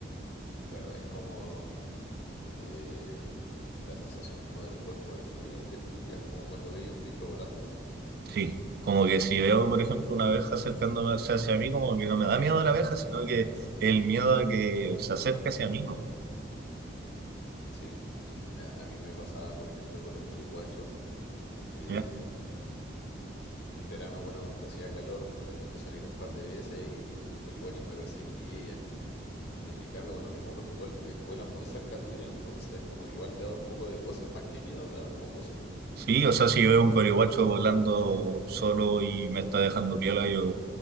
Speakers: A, on the left (about 65°); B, on the right (about 55°).
A: claro, es como eh, la sensación como de los cuerpos extraños, en definitiva, es como cuando veía un bicho volando.
B: Sí, como que si veo, por ejemplo, una abeja acercándose hacia mí, como que no me da miedo la abeja, sino que el miedo de que se acerque hacia mí. ¿no?
A: Sí, a, a mí me pasaba, por ejemplo, con los coliguachos. eh,
B: ¿Ya?
A: en verano, bueno, donde hacía calor, me tocó salir un par de veces y los coliguachos me perseguían. Y me carga por lo mismo porque igual eh, vuelan muy cerca tuyo, entonces como que igual te da un poco de cosas. Más que miedo te da como cosas.
B: Sí, o sea, si yo veo un corihuacho volando solo y me está dejando piola, yo